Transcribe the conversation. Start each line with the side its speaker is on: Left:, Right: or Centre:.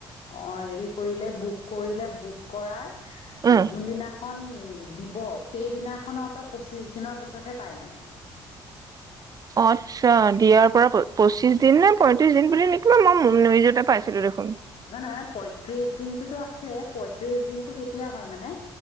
Left: হেৰি কৰিলে বুক কৰিলে বুক কৰাৰ-
Right: উম
Left: যোনদিনাখন- দিব সেইদিনাখনৰ পৰা পঁচিশ দিনৰ পিছতহে পাই মানে।
Right: আচ্ছা দিয়া। প পঁচিশ দিন নে পয়ত্ৰিশ দিন। কি মই ম নিউজতে পাইছিলো দেখোন।
Left: নহয় নহয় পয়ত্ৰিশ দিনটোতো আছে পয়ত্ৰিশ দিনতটো কেতিয়া হয় মানে।